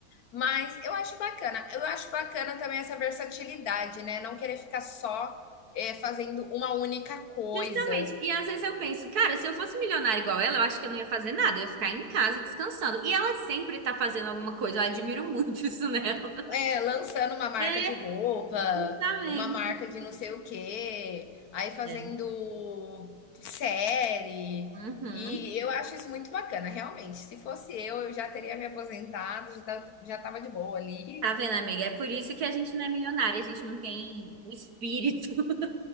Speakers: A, on the left; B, on the right.
A: mas eu acho bacana. Eu acho bacana também essa versatilidade, né? Não querer ficar só eh, fazendo uma única coisa,
B: Justamente. E às vezes eu penso, cara, se eu fosse milionária igual ela, eu acho que eu não ia fazer nada, eu ia ficar em casa descansando. E ela sempre tá fazendo alguma coisa, eu admiro muito <laughs> isso nela.
A: É, lançando uma marca
B: É,
A: de roupa,
B: justamente.
A: uma marca de não sei o quê, aí fazendo
B: É.
A: série.
B: Uhum.
A: E eu acho isso muito bacana, realmente. Se fosse eu, eu já teria me aposentado, já ta- já estava de boa ali.
B: Tá vendo, amiga? É por isso que a gente não é milionária, a gente não tem o espírito. <laughs>